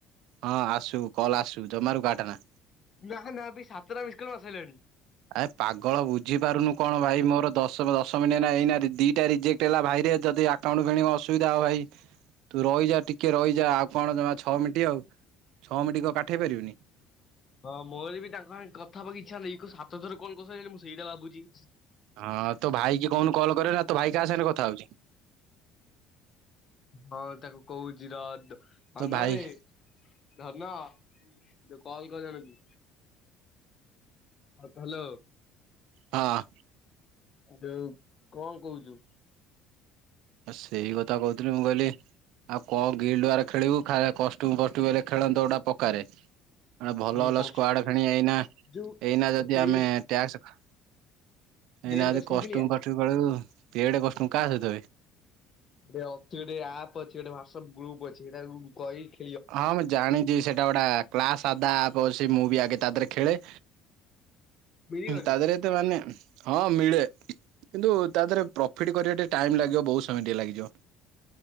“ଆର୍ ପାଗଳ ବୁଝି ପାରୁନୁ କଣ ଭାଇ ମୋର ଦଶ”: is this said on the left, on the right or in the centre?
Right